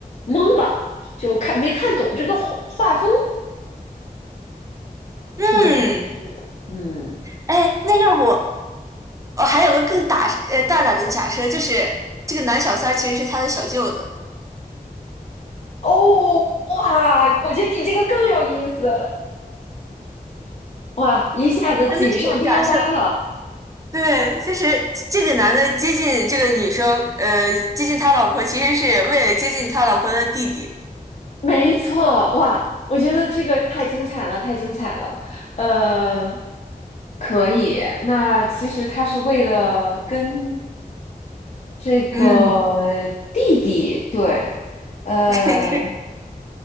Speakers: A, on the left; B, on the right.
A: 懵了，就看没看懂这个画画风
B: <laughs>
A: 是怎么回事。
B: 嗯，
A: 嗯，
B: 哎，那要不我还有个更大呃大胆的假设，就是这个男小三儿其实是他的小舅子。
A: 哦，哇，我觉得你这个更有意思，<laughs> 哇，一下子锦上添花了。
B: 啊，就这个假设，对，就是这个男的接近这个女生，呃，接近他老婆，其实是为了接近他老婆的弟弟，
A: 没错，哇，我觉得这个太精彩了，太精彩了。呃，可以。那其实他是为了跟这个弟弟，
B: 嗯，
A: 对，呃，
B: <laughs>